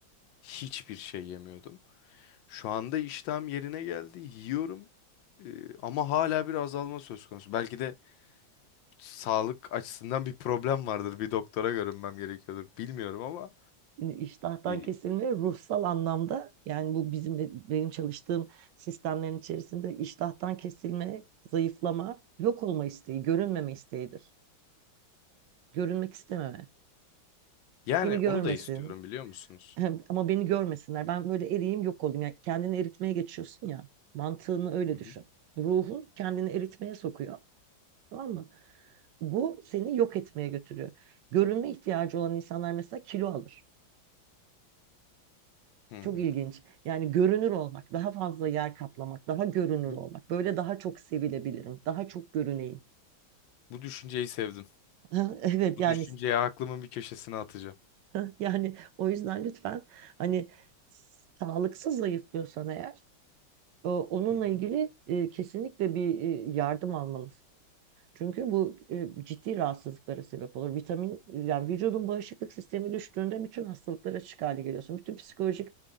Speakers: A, on the left; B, on the right.
A: Hiçbir şey yemiyordum. Şu anda iştahım yerine geldi. Yiyorum. Eee, ama hala bir azalma söz konusu. Belki de sağlık açısından bir problem vardır. Bir doktora görünmem gerekiyordur. Bilmiyorum ama
B: Yani İştahtan
A: e,
B: kesilme ruhsal anlamda yani bu bizim benim çalıştığım sistemlerin içerisinde iştahtan kesilme, zayıflama, yok olma isteği, görünmeme isteğidir. Görünmek istememe.
A: yani
B: Beni görmesin.
A: onu da istiyorum biliyor musunuz?
B: <laughs> Hem- Ama beni görmesinler. Ben böyle eriyim yok olayım. Yani kendini eritmeye geçiyorsun ya. Mantığını öyle
A: Hı
B: düşün.
A: hı.
B: Ruhun kendini eritmeye sokuyor. Tamam mı? Bu seni yok etmeye götürüyor. Görünme ihtiyacı olan insanlar mesela kilo alır.
A: Hı
B: Çok
A: hı.
B: ilginç. Yani görünür olmak, daha fazla yer kaplamak, daha görünür
A: Bu,
B: olmak. Böyle daha çok sevilebilirim, daha çok görüneyim.
A: bu düşünceyi sevdim.
B: <laughs> Evet
A: Bu
B: yani
A: düşünceyi aklımın bir köşesine atacağım.
B: <laughs> yani o yüzden lütfen hani sağlıksız zayıflıyorsan eğer E, Onunla
A: Hı hı.
B: ilgili e, kesinlikle bir e, yardım almalısın. Çünkü bu e, ciddi rahatsızlıklara sebep olur. Vitamin yani vücudun bağışıklık sistemi düştüğünde bütün hastalıklara açık hale geliyorsun. Bütün psikolojik